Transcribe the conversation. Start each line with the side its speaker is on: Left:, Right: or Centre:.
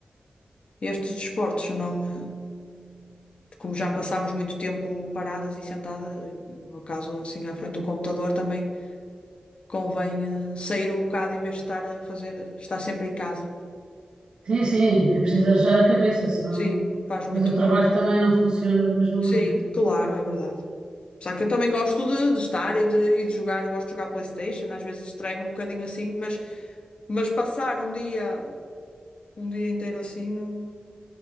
Left: estes desportos, senão eh, como já passámos muito tempo paradas e sentadas, no meu caso assim à frente do computador também convém eh, sair um bocado em vez de estar a fazer, estar sempre em casa.
Right: Sim, sim, é preciso arejar a cabeça, senão
Left: Sim, faz
Right: depois
Left: muito
Right: o trabalho
Left: bem.
Right: também não funciona da mesma
Left: Sim,
Right: maneira.
Left: claro, é verdade. Só que eu também gosto de, de estar e de, e de jogar, gosto de jogar PlayStation, às vezes distraio-me um bocadinho assim, mas, mas passar um dia, um dia inteiro assim não,